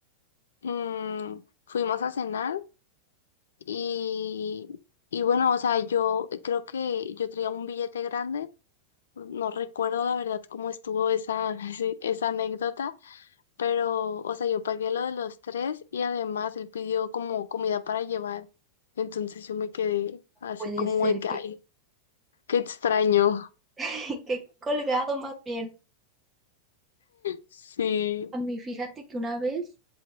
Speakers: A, on the left; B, on the right.
A: mm, fuimos a cenar y, y bueno, o sea, yo creo que yo traía un billete grande. No recuerdo la verdad cómo estuvo esa, <laughs> esa anécdota pero, o sea, yo pagué lo de los tres y además él pidió como comida para llevar. Entonces yo me quedé así
B: puede
A: como
B: ser
A: de que,
B: que,
A: ay, qué extraño. <laughs>
B: <laughs> que he colgado más bien.
A: Sí.
B: A mí, fíjate que una vez